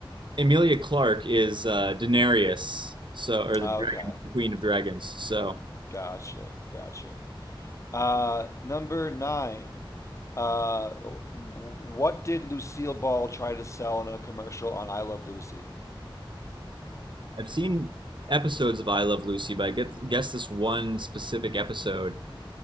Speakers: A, on the right; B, on the left.
A: Emilia Clarke is uh, Daenerys, so or the
B: okay,
A: dragon, the Queen of Dragons. So.
B: gotcha, gotcha. Uh, number nine. Uh, what did Lucille Ball try to sell in a commercial on I Love Lucy?
A: I've seen episodes of I Love Lucy, but I get, guess this one specific episode